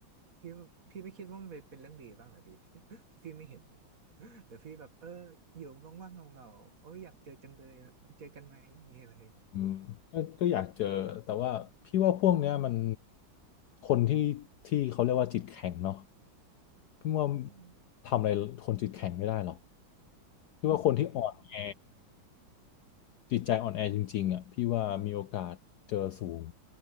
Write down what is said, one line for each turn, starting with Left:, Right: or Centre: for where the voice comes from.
Right: พี่พี่ไม่คิดว่ามันเป็นเป็นเรื่องดีบ้างเหรอพี่ <laughs> ที่พี่ไม่เห็นนะแต่พี่แบบเอออยู่ว่างๆเงาๆโอ้ยอยากเจอจังเลยอะมาเจอกันไหมนี่อะไร
Left: อืมก็ก็อยากเจอแต่ว่าพี่ว่าพวกเนี้ยมันคนที่ที่เขาเรียกว่าจิตแข็งเนาะพี่ว่า
Right: อืม
Left: ทำอะไรคนจิตแข็งไม่ได้หรอกพี่ว่าคนที่อ่อนแอ
Right: อืม
Left: จิตใจอ่อนแอจริงๆอ่ะพี่ว่ามีโอกาสเจอสูง